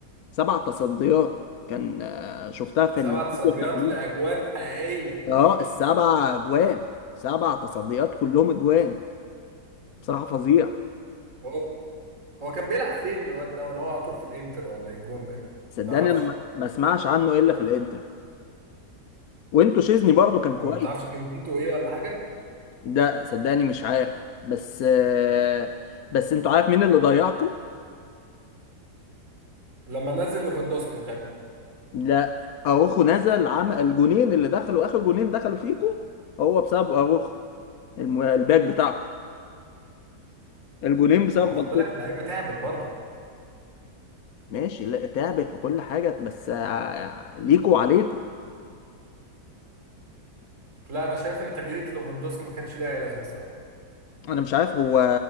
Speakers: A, on the left; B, on the right.
A: سبع تصديات كان آه، شفتها في
B: سبع
A: التحليل
B: تصديات لاجوان حقيقية
A: اه السبع اجوان سبع تصديات كلهم اجوان بصراحه فظيع
B: هو هو كان بيلعب فين الواد ده ولا هو على طول في الانتر ولا إيه الجون ده
A: صدقني
B: تعرفش
A: انا ما ما اسمعش عنه الا في الانتر وانتوا شيزني برضو كان
B: ومتعرفش
A: كويس
B: جنسيته ايه ولا حاجة
A: لا صدقني مش عارف بس آه، بس انتوا عارف مين اللي ضيعكم
B: لما نزل لوفندوسكي الغبي
A: لا اروخو نزل عمل الجونين اللي دخلوا اخر جونين دخلوا فيكم هو بسبب اروخو الم- الباك بتاعكم الجونين بسبب
B: هو خد
A: غلطته
B: بالك اللعيبة تعبت برضه
A: ماشي لا تعبت وكل حاجه بس آه، ليكوا وعليكوا
B: لا انا شايف ان تغيير لوفندوسكي ما كانش ليها اي لازمة الصراحة
A: انا مش عارف هو